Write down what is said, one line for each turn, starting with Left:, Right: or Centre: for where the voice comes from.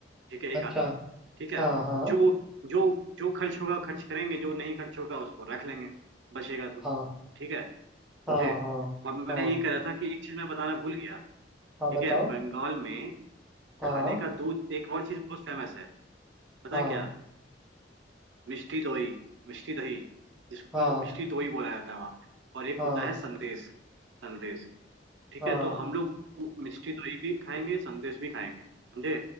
Right: ठीक है
Centre: अच्छा
Right: एक आदमी ठीक है
Centre: हाँ हाँ
Right: जो जो जो खर्च होगा खर्च करेंगे जो नहीं खर्च होगा उसको रख लेंगे बचेगा तो
Centre: हाँ
Right: ठीक है समझे
Centre: हाँ हाँ
Right: अब मैं
Centre: हाँ
Right: ये कह रहा था कि एक चीज मैं बताना भूल गया
Centre: हाँ
Right: ठीक
Centre: बताओ
Right: है बंगाल में
Centre: हाँ
Right: खाने का दो एक और चीज बहुत फेमस है पता
Centre: हाँ
Right: है क्या मिष्टी दोई मिष्टी दही जिसको
Centre: हाँ
Right: मिष्टी दोई बोला जाता है वहाँ पे और एक
Centre: हाँ
Right: होता है संदेश संदेश ठीक
Centre: हाँ
Right: है तो हम लोग मिष्टी दोई भी खाएंगे संदेश भी खाएंगे समझे